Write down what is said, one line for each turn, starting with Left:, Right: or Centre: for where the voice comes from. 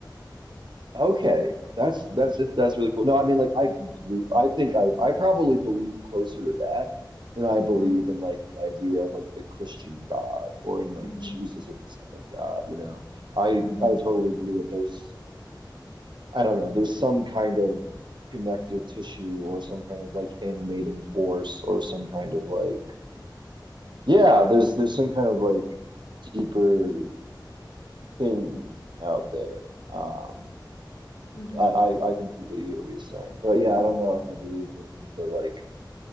Right: Okay, that's that's it. That's really cool. No, I mean, like, I complete. I think I I probably believe closer to that than I
Left: Mm-hmm.
Right: believe in like the idea of like the Christian God or in like
Left: Mm-hmm.
Right: Jesus as the Son of God. You know, I
Left: Mm-hmm.
Right: I totally agree that there's I don't know there's some kind of connective tissue or some kind of like animating force or some kind of like Yeah, there's there's some kind of like deeper thing out there. Um,
Left: Mm-hmm.
Right: I, I I completely hear what you're saying, but yeah, I don't know if I believe in it in the like